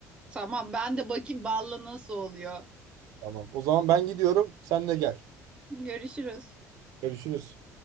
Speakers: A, on the right (about 15°); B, on the right (about 70°).
A: Tamam ben de bakayım balla nasıl oluyor.
B: Tamam. O zaman ben gidiyorum. Sen de gel.
A: Görüşürüz.
B: Görüşürüz.